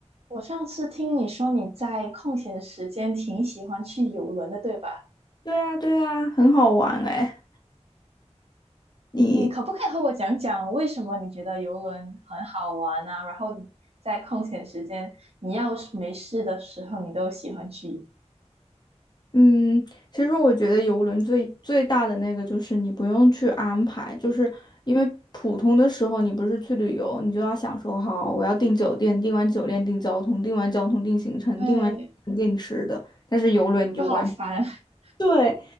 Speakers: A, on the right; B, on the left.
A: 我上次听你说你在空闲时间挺喜欢去游轮的，对吧？
B: 对啊，对啊，很好玩哎。你，
A: 嗯，你可不可以和我讲讲为什么你觉得游轮很好玩呢、然后你在空闲时间，你要是没事的时候，你都喜欢去游？
B: 嗯，其实我觉得游轮最最大的那个就是你不用去安排，就是因为普通的时候你不是去旅游，你就要想说好，我要订酒店，订完酒店订交通，订完交通订行程，
A: 对，
B: 订完行程订吃的。但是游轮你就完。
A: 就好烦。<laughs>
B: 对，